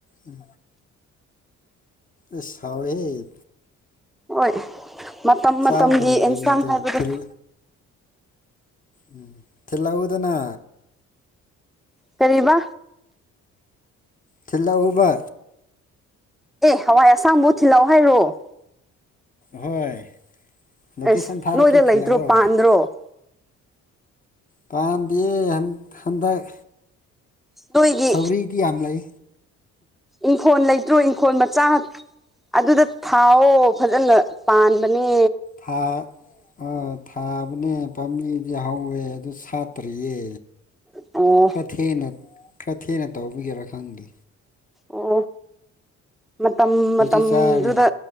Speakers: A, on the left; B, in the centre.
A: ꯎꯝ ꯑꯁ ꯍꯥꯎꯏꯍ‌ꯦ
B: ꯍꯣꯏ ꯃꯇꯝ
A: ꯆꯥꯕ
B: ꯃꯇꯝꯒꯤ
A: ꯐꯪꯗ꯭ꯔꯤꯅꯦ
B: ꯑꯦꯟꯁꯥꯡ
A: ꯑꯗꯣ
B: ꯍꯥꯏꯕꯗ‌ꯣ
A: ꯊꯤꯜ ꯎꯝ ꯊꯜꯂꯛꯎꯗꯅ
B: ꯀꯔꯤꯕ
A: ꯊꯤꯜꯂꯣꯛꯑ‌ꯣꯕ
B: ꯑꯦ ꯍꯋꯥꯏ ꯑꯁꯥꯕꯨ ꯊꯤꯜꯂꯛꯑꯣ ꯍꯥꯏꯔꯣ
A: ꯍꯣꯏ
B: ꯑꯁ
A: ꯂꯀꯦꯁꯟ ꯊꯥꯔꯛꯀ‌ꯦ
B: ꯅꯣꯏꯗ ꯂꯩꯇ꯭ꯔꯣ
A: ꯊꯤꯜꯂꯛ
B: ꯄꯥꯟꯗ꯭ꯔꯣ
A: ꯑꯣ ꯄꯥꯝꯗꯦ ꯍꯟꯗꯛ
B: ꯅ‌ꯣꯏꯒꯤ
A: ꯁꯧꯒ꯭ꯔꯤꯗꯤ ꯌꯥꯝ ꯂꯩ
B: ꯏꯪꯈꯣꯜ ꯂꯩꯇ꯭ꯔꯣ ꯏꯪꯈꯣꯜ ꯃꯆꯥ ꯑꯗꯨꯗ ꯊꯥꯎꯋ‌ꯣ ꯐꯖꯅ ꯄꯥꯟꯕꯅꯦ
A: ꯊꯥ ꯑꯥ ꯊꯥꯕꯅꯦ ꯄꯥꯝꯕꯤꯗꯤ ꯍꯧꯋꯦ ꯑꯗꯨ ꯁꯥꯠꯇ꯭ꯔꯤꯌꯦ
B: ꯑꯣ
A: ꯈꯔ ꯊꯦꯡꯅ ꯈꯔ ꯊꯦꯡꯅ ꯇꯧꯕꯒꯤꯦꯔ ꯈꯪꯗꯦ
B: ꯑꯣ ꯃꯇꯝ
A: ꯍꯧꯖꯤꯛ
B: ꯃꯇꯝꯗꯨꯗ
A: ꯆꯥꯔꯤꯁꯦ